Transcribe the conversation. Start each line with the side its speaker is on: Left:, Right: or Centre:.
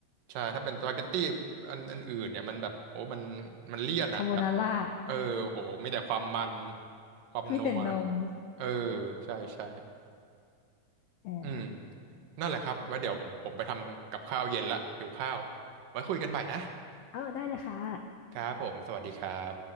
Right: ใช่ถ้าเป็นสปาเกตตี้อันอันอื่นเนี่ยมันแบบโหมันมันเลี่ยนอ่ะแบบ
Left: คาโบนาร่า
Right: เออโหมีแต่ความมัน
Left: <laughs>
Right: ความนัว
Left: มีแต่นม
Right: เออใช่ใช่
Left: เออ
Right: อืม นั่นแหละครับไว่าเดี๋ยวผมผมไปทำกับข้าวเย็นละหิวข้าวไว้คุยกันใหม่นะ
Left: เอาได้เลยค่ะ
Right: ครับผมสวัสดีครับ